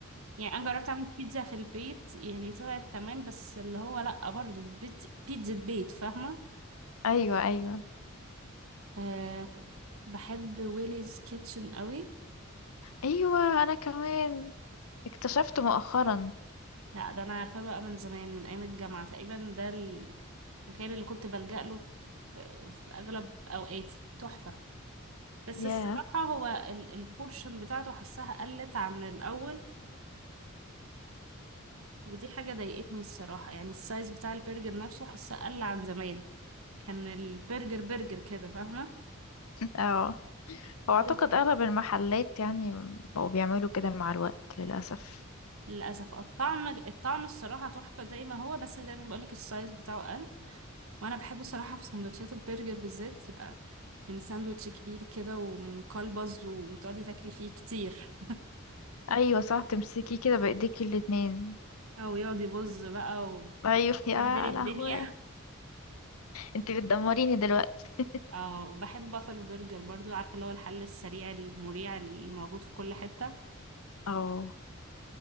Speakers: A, on the right (about 75°); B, on the left (about 85°).
A: يعني أنا جربت أعمل بيتزا في البيت يعني طلعت تمام بس اللي هو لأ برضه دي بيت- بيتزا بيت فاهمة
B: ايوه ايوه
A: أه بحب ويليز كيتشن قوي
B: ايوه انا كمان اكتشفت مؤخرا
A: لا ده انا عارفاه بقى من زمان من ايام الجامعه تقريبا ده المكان اللي كنت بلجأ له في, في اغلب اوقاتي تحفه بس
B: ياه
A: الصراحه هو ال- البورشن بتاعته حسها قلت عن الاول ودي حاجه ضايقتني الصراحه يعني السايز بتاع البرجر نفسه حسها قل عن زمان كان البرجر برجر كده فاهمه
B: اه هو
A: هو
B: اعتقد اغلب المحلات يعني بقوا بيعملوا كده مع الوقت للاسف
A: للاسف الطعم الطعم الصراحه تحفه زي ما هو بس زي ما بقولك السايز بتاعه قل وانا بحب الصراحه في سندوتشات البرجر بالذات يبقى يعني ساندوتش كبير كده ومقلبز وتقعدي تاكلي فيه كتير
B: ايوه صح تمسكيه كده بايديكي الاتنين
A: <laughs> او يقعد يبظ بقى
B: ايوه يا
A: وبهدلي الدنيا
B: لهوي انت بتدمريني دلوقتي
A: <laughs> اه وبحب بافلو برجر برضو عارفه اللي هو الحل السريع المريع اللي موجود في كل حته
B: اه